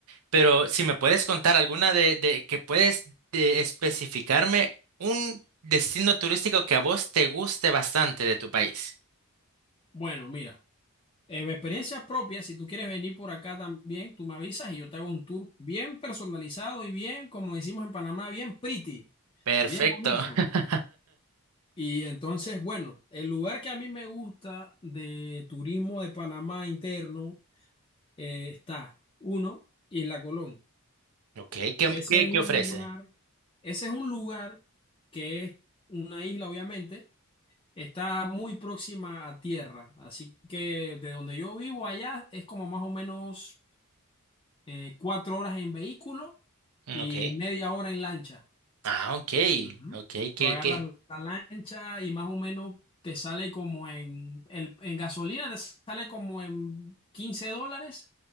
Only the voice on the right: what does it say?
pero si me puedes contar alguna de, de que puedes de especificarme un destino turístico que a vos te guste bastante de tu país.
Perfecto.
<laughs>
Ok, ¿qué,
qué,
qué ofrece?
Mm,
Ok.
Ah, ok.
Ok, qué,
qué.